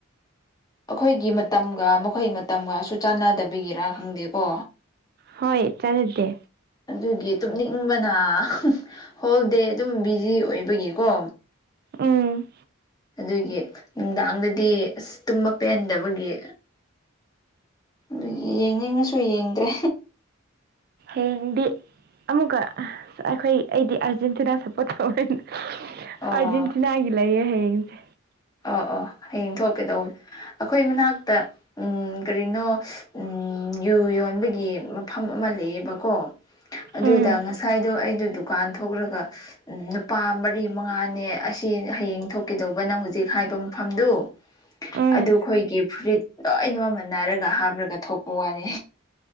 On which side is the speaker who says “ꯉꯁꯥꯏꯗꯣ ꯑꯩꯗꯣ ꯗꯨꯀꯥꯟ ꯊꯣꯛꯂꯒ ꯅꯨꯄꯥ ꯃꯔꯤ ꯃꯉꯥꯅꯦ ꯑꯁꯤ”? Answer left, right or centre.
Left